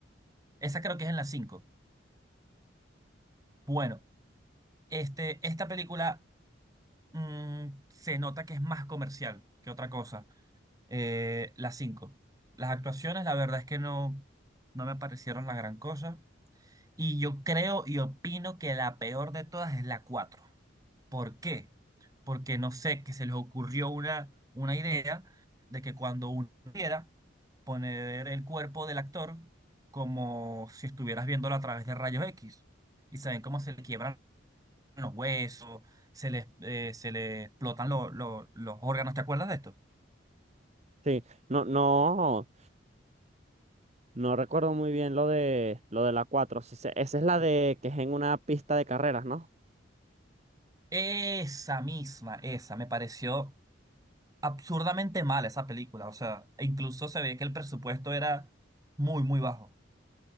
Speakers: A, on the right; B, on the right.
A: Esa creo que es en la 5. Bueno, este, esta película mm, se nota que es más comercial que otra cosa. Eh, la cinco. Las actuaciones, la verdad es que no, no me parecieron la gran cosa. Y yo creo y opino que la peor de todas es la 4. ¿Por qué? Porque no sé, que se les ocurrió una, una idea de que cuando uno quiera poner el cuerpo del actor como si estuvieras viéndolo a través de rayos X y saben cómo se le quiebran los huesos, se les, eh, se les explotan lo- lo- los órganos. ¿Te acuerdas de esto?
B: Sí, no, no, no recuerdo muy bien lo de, lo de la cuatro Sí sé- esa es la de que es en una pista de carreras, ¿no?
A: Esa misma, esa, me pareció absurdamente mala esa película. O sea, e incluso se ve que el presupuesto era muy, muy bajo.